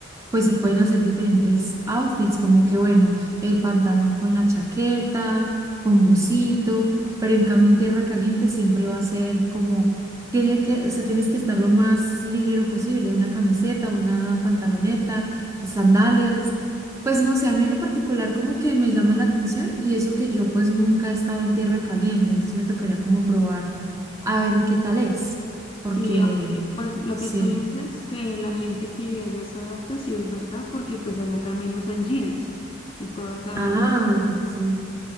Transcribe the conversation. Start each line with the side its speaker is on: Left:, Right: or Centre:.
Right: pues se pueden hacer diferentes outfits, como que bueno, el pantalón con la chaqueta, con busito, pero en cambio en tierra caliente siempre va a ser como, tiene que, o sea, tienes que estar lo más ligero posible, una camiseta, una pantaloneta, sandalias. Pues no sé, a mí en lo particular como que me llama la atención y eso que yo pues nunca he estado en tierra caliente, entonces me tocaría como probar a ver qué tal es, porque
Left: Sí, aunque pues lo
Right: sí.
Left: que tú dices que la gente que vive allá se adapta, sí es verdad, porque pues allá también usan jeans y todas esas
Right: Ah,
Left: esas cosas.
Right: sí. sí.